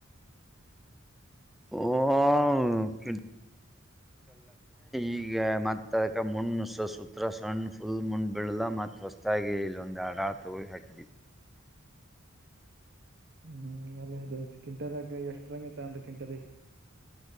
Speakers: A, in the centre; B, on the right.
A: ಓಲ್ಲ ಈಗ ಮತ್ತ ಅದಕ ಮುಣ್ ಸ ಸೂತ್ರ ಸಣ್ಣ ಫುಲ್ ಮುಂಡ್ ಬಿಳಲ್ಲ ಮತ್ತ ಹೊಸತಾಗಿ ಇಲ್ಲೊಂದು ಎಡ ಆಗಿ ತಗಿ ಹಾಕಿದ್ವಿ
B: ಹ್ಮ್ ಅಲ್ಲ ಇದಯ್ತು ಕಿಂಟರ್ಕ್ರ ಎಷ್ಟು ಅಂಗ ತಾಂಡ ಕಟರೆ